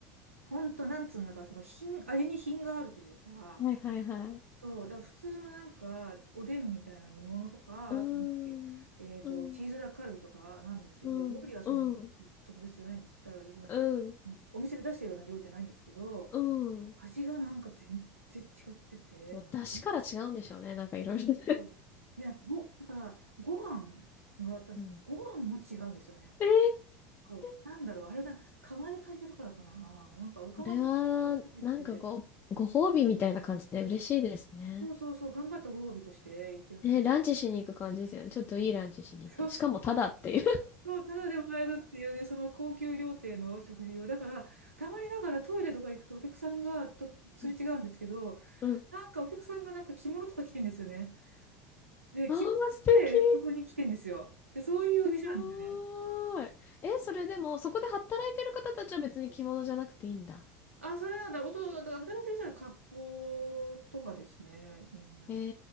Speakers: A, on the right; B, on the left.
A: ほんと、なんつうのか、その品、味に品があるというか、
B: はいはいはい。
A: そう、だから普通のなんか、おでんみたいな煮物とか、
B: うーん。
A: あとなんだっけ、えっと、
B: うん。
A: チーズダッカルビとかなんですけど、
B: うん。
A: 料理はそんな特別じゃないんです。
B: うん。
A: だからその、
B: うん。
A: お店で出してるような料理じゃないんですけど、
B: うん。
A: 味がなんか全然違ってて、
B: もう、
A: もうそれも
B: 出汁から違うんでしょうね。なんかいろいろね。
A: うんで、ご、だから、ご飯もらったんですけど、
B: うん。
A: ご飯も違うんですよね。
B: <laughs>
A: そうなんだろう、
B: ええ
A: あれだ、釜で炊いてるからかな。なんか、お釜もなんか、
B: これは、
A: てて、
B: なんかご、ご褒美みたいな感じで嬉しいですね。
A: そうそうそう、頑張ったご褒美として言ってる感じ。
B: ね、ランチしに行く感じですよね。ちょっといいランチしに行って。
A: そうそうそう。
B: しかもタダっていう。
A: そう、ただでもらえるっていうね、その高級料亭の食事を。だから、たまにながらトイレとか行くとお客さんがとすれ違うんですけど、
B: <laughs> うん。
A: なんかお客さんがなんか着物とか着てんですよね。で、
B: ああ、
A: 着物着てそこに来てんですよ。
B: 素敵。
A: で、そういうお店なんですよね。
B: すごーい。え、それでも、そこで働いてる方たちは別に着物じゃなくていいんだ。
A: あ、それなんだ。おと、だから働いてる人は割烹とかですね、みんなは。
B: え